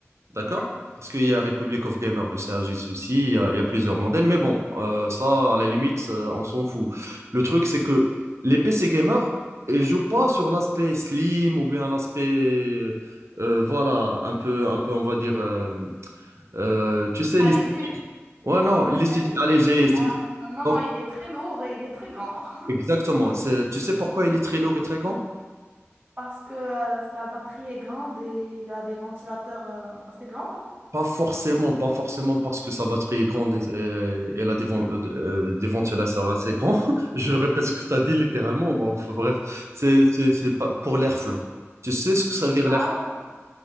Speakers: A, on the right (about 70°); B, on the right (about 40°).
A: D'accord?
B: Ouais.
A: Parce qu'il y a Republic of Gamers de Sergis aussi, il y a, il y a plusieurs modèles, mais bon, euh, ça, à la limite, ça, on s'en fout. Le truc, c'est que les PC gamers, ils jouent pas sur l'aspect slim ou bien l'aspect, euh, voilà, un peu, un peu, on va dire, euh, euh, tu sais,
B: Allégé.
A: l'esthétique. Ouais, non, l'esthétique
B: Ouais.
A: allégée, esthétique.
B: Euh, non,
A: Donc,
B: non, il est très lourd et il est très grand <laughs>
A: exactement. C'est- tu sais pourquoi il est très lourd et très grand?
B: parce que euh, sa batterie est grande et il a des ventilateurs euh, assez grands, non?
A: Pas forcément, pas forcément parce que sa batterie est grande et, et- et elle a des, vent- euh, des ventilateurs assez grands. <laughs> Je répète ce que tu as dit littéralement. Bon, enfin, bref, c'est
B: Ouais.
A: c'est- c'est pas pour l'airflow. Tu sais ce que ça veut dire
B: Ah.
A: l'airflow?